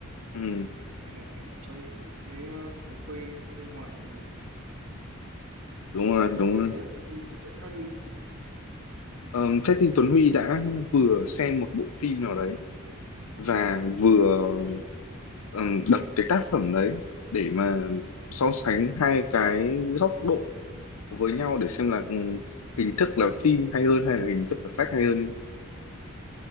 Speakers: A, on the left; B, on the right.
A: ừ,
B: hay là kể cả trong các cái ờ, thói quen sinh hoạt của mình
A: đúng
B: kể cả
A: rồi
B: việc
A: đúng
B: đọc sách
A: rồi
B: hay là xem phim nó sẽ khác đi
A: Ờ, thế thì Tuấn Huy đã vừa xem một bộ phim nào đấy và vừa ờ, đọc cái tác phẩm đấy để mà so sánh hai cái góc độ với nhau để xem là ừ, hình thức là phim hay hơn hay là hình thức là sách hay hơn nhé.